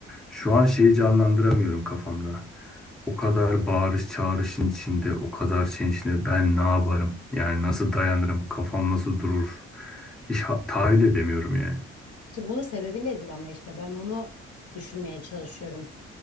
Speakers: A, in the centre; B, on the left (about 40°).
A: Şu an şeyi canlandıramıyorum kafamda. O kadar bağırış çağrışın içinde, o kadar şeyin içinde ben ne yaparım? Yani nasıl dayanırım? Kafam nasıl durur? Hiç ha- tahayyül edemiyorum yani.
B: işte bunun sebebi nedir ama işte ben onu düşünmeye çalışıyorum.